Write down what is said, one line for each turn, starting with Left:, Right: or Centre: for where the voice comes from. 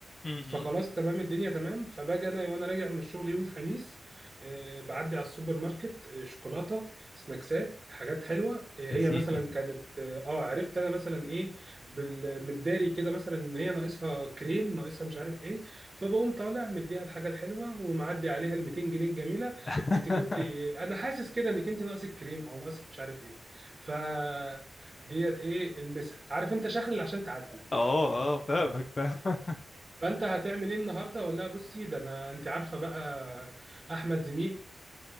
Left: امم
Right: فخلاص تمام الدنيا تمام فباجي انا وانا راجع من الشغل يوم الخميس آه، بعدي على السوبر ماركت آه، شوكولاته سناكسات حاجات حلوه آه، هي
Left: يا سيدي
Right: مثلا كانت اه آه، عرفت انا مثلا ايه بالمداري كده مثلا ان هي ناقصها كريم ناقصها مش عارف ايه فبقوم طالع مديها الحاجه الحلوه ومعدي عليها ال 200 جنيه الجميله
Left: <laughs>
Right: انت كنت انا حاسس كده انك انت ناقصك كريم او ناقصك مش عارف ايه ف ديت ايه المسها عارف انت شخلل عشان تعدي
Left: اه اه فاهمك فاهم
Right: فانت هتعمل ايه النهارده ولا بصي ده انا انت عارفه بقى احمد زميلي